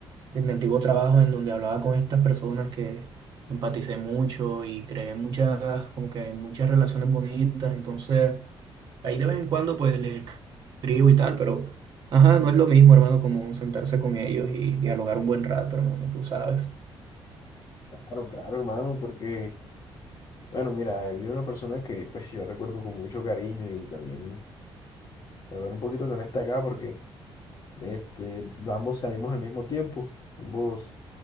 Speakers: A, on the right; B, on the left.
A: de mi antiguo trabajo en donde hablaba con estas personas que empaticé mucho y creé muchas, como que muchas relaciones bonitas, entonces... Ahí de vez en cuando pues les escribo y tal, pero ajá, no es lo mismo, hermano, como sentarse con ellos y dialogar un buen rato, hermano, tú sabes.
B: Claro, claro, hermano, porque, bueno, mira, eh, vi una persona que pues yo recuerdo con mucho cariño y también me duele un poquito que no esté acá porque este, ambos salimos al mismo tiempo, ambos